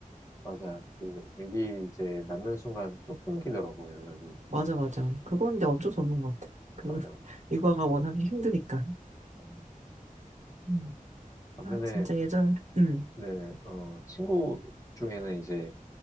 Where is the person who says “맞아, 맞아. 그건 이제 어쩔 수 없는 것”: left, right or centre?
Right